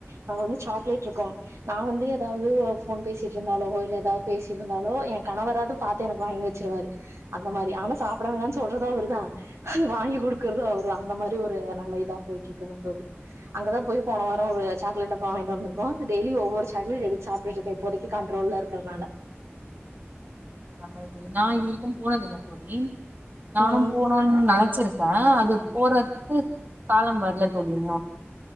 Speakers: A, on the right; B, on the right.
A: அங்க வந்து சாக்லேட் இருக்கோம் நா வந்து ஏதாவது போன் பேசிட்டு இருந்தாலோ இல்ல ஏதாவது பேசி இருந்தாலோ என் கணவராது பாத்து எனக்கு வாங்கி வச்சிருவாரு அந்த மாரி ஆனா சாப்பிட வேணான்னு சொல்றதோ இவருதா அது வாங்கி குடுக்குறது அவருதா அந்த மாரி ஒரு நல்ல இதா போயிட்ருக்குங்க தோலி அங்கதா போய் போன வார ஒரு சாக்லேட் டப்பா வாய்கிட்டு வந்திருக்கோ அந்த டெய்லி ஒவ்வொரு சாக்லேட் எடுத்து சாப்பிட்டு இருக்கே இப்போதைக்கி கண்ட்ரோல்ல இருக்கிறதுனால
B: நாங்க இது நா இது வரைக்கு போனதில்ல தோலி நானும்
A: ம்
B: போனுன் நெனச்சிருக் க அது போறதுக்கு காலம் வரல தோலி இன்னு